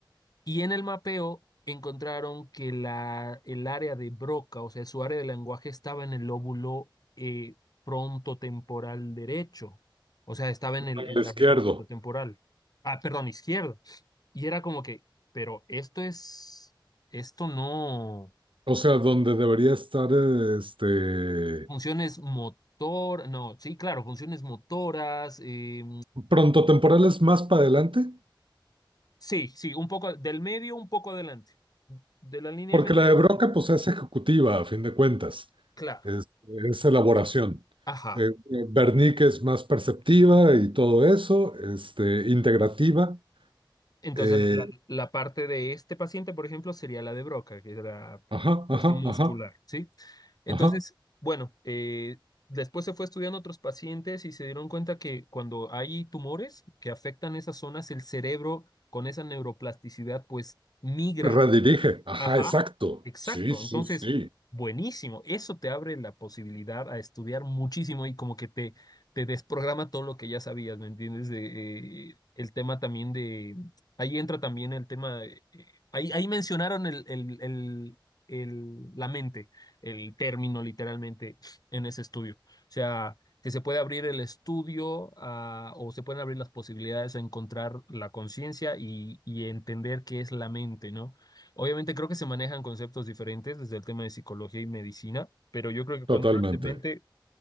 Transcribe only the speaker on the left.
y en el mapeo encontraron que la, el área de Broca, o sea, su área de lenguaje estaba en el lóbulo eh, frontotemporal derecho, o sea, estaba en el,
en
la región frontotemporal, ah, perdón, izquierda. Y era como que, pero esto es, esto no,
funciones motor, no, sí, claro, funciones motoras, eh,
sí, sí, un poco del medio, un poco adelante, de la línea
media,
sí,
claro,
ajá.
Entonces,
la, la- la parte de este paciente, por ejemplo, sería la de Broca, que es la
cuestión muscular,
¿sí? Entonces,
bueno, eh, después se fue estudiando otros pacientes y se dieron cuenta que cuando hay tumores que afectan esas zonas, el cerebro con esa neuroplasticidad, pues migra
Ajá,
exacto.
Entonces,
buenísimo. Eso te abre la posibilidad a estudiar muchísimo y como que te, te desprograma todo lo que ya sabías, ¿me entiendes? De, eh, el tema también de... Ahí entra también el tema de... eh, ahí, ahí mencionaron el, el, el, el- la mente, el término literalmente en ese estudio. O sea, que se puede abrir el estudio a- o se pueden abrir las posibilidades a encontrar la conciencia y, y entender qué es la mente, ¿no? Obviamente creo que se manejan conceptos diferentes desde el tema de psicología y medicina, pero yo creo que
cuando hablan de mente,